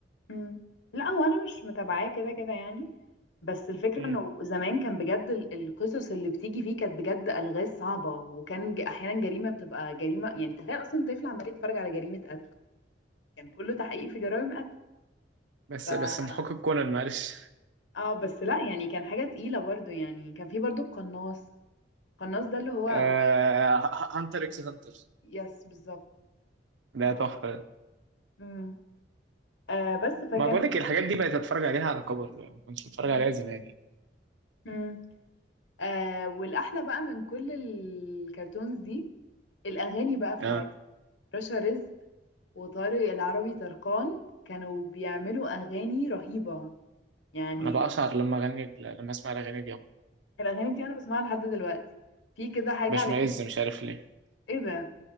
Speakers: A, on the left; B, on the right.
A: مم. لا هو انا مش متابعاه كده كده يعني بس الفكرة
B: مم.
A: انه زمان كان بجد ال- القصص اللي بتيجي فيه كانت بجد الغاز صعبة وكان ج- احيانا جريمة بتبقى جريمة يعني تخيل اصلا طفل عمال يتفرج على جريمة قتل كان كله تحقيق في جرائم
B: بس
A: قتل
B: بس محقق كونان معلش
A: اه بس لا يعني كان حاجة تقيلة برضو يعني كان في برضو القناص القناص ده اللي هو
B: آه
A: هو
B: هانتر اكس هانتر
A: يس بالظبط
B: ده
A: آه.
B: تحفه ده.
A: مم. آه بس فكانت
B: ما بقول لك الحاجات دي بقيت اتفرج عليها على كبر ما كنتش بتفرج
A: مم.
B: عليها زمان يعني
A: مم. آه والأحلى بقى من كل الكرتونز دي الأغاني بقى بتاعت
B: آه.
A: رشا رزق وطارق العربي طرقان كانوا بيعملوا أغاني رهيبة يعني
B: انا بقشعر لما اغني لما اسمع الاغاني دي
A: الأغاني دي أنا بسمعها لحد دلوقتي في كده حاجة
B: بشمئز
A: على يوتيوب
B: مش عارف ليه
A: إيه ده